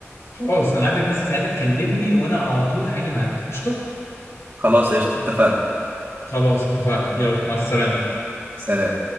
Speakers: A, on the left; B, on the right.
A: خلاص انا عايزك بس ساعتها تكلمني وانا على طول هاجي معاك قشطه
B: خلاص قشطة اتفقنا
A: خلاص اتفقنا يلا مع السلامه
B: سلام